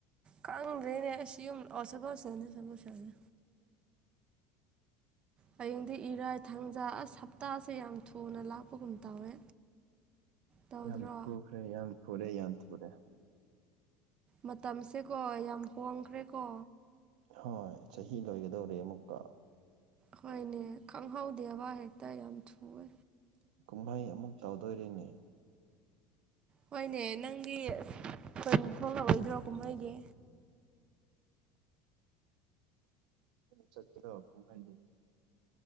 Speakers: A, on the right (about 25°); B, on the right (about 80°).
A: ꯀꯪꯗ꯭ꯔꯦꯅꯦ ꯌꯨꯝ ꯂꯥꯛꯑꯣ ꯁꯒꯣꯜꯁꯦꯜꯅꯦ ꯁꯒꯣꯜꯁꯦꯜꯁꯦ ꯍꯌꯦꯡꯗꯤ ꯏꯔꯥꯏ ꯊꯥꯡꯖꯥ ꯑꯁ ꯍꯞꯇꯥꯁꯦ ꯌꯥꯝ ꯊꯨꯅ ꯂꯥꯛꯄꯒꯨꯝ ꯇꯧꯋꯦ ꯇꯧꯗ꯭ꯔꯣ
B: ꯌꯥꯝ ꯊꯨꯈ꯭ꯔꯦ ꯌꯥꯝ ꯊꯨꯔꯦ ꯌꯥꯝ ꯊꯨꯔꯦ
A: ꯃꯇꯝꯁꯦꯀꯣ ꯌꯥꯝ ꯍꯣꯡꯈ꯭ꯔꯦꯀꯣ
B: ꯍꯣꯏ ꯆꯍꯤ ꯂꯣꯏꯒꯗꯧꯔꯦ ꯑꯃꯨꯛꯀ
A: ꯍꯣꯏꯅꯦ ꯈꯪꯍꯧꯗꯦꯕ ꯍꯦꯛꯇ ꯌꯥꯝ ꯊꯨꯑꯦ
B: ꯀꯨꯝꯍꯩ ꯑꯃꯨꯛ ꯇꯧꯗꯣꯔꯦꯅꯦ
A: ꯍꯣꯏꯅꯦ ꯅꯪꯒꯤ ꯊꯣꯛꯂꯛꯑꯣꯏꯗ꯭ꯔꯣ ꯀꯨꯝꯍꯩꯒꯤ
B: ꯆꯠꯇꯤꯔ ꯍꯛꯀ ꯍꯥꯏꯗꯗꯤ